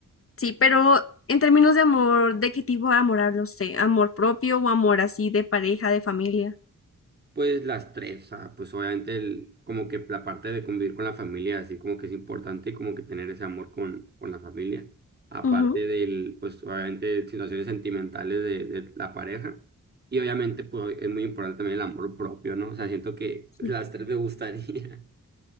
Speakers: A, on the left; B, on the right.
A: Sí, pero en términos de amor, ¿de qué tipo de amor habla usted? ¿Amor propio o amor así de pareja, de familia?
B: Pues las tres, ah, pues obviamente el, como que la parte de convivir con la familia, así como que es importante como que tener ese amor con, con la familia, aparte
A: Ujú,
B: del, pues obviamente situaciones sentimentales de, de la pareja, y obviamente pues es muy importante también el amor propio, ¿no? O sea, siento que
A: sí.
B: las tres me gustaría. <laughs>